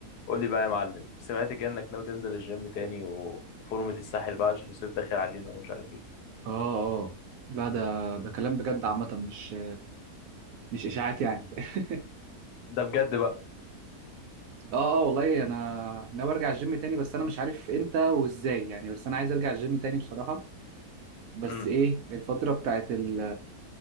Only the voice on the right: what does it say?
اه اه لا ده ده كلام بجد عامة مش مش اشاعات يعني <laughs>
اه اه والله انا ناوي ارجع الجيم تاني بس انا مش عارف امتى وازاي يعني بس انا عايز ارجع الجيم تاني بصراحة بس
ايه الفترة بتاعت ال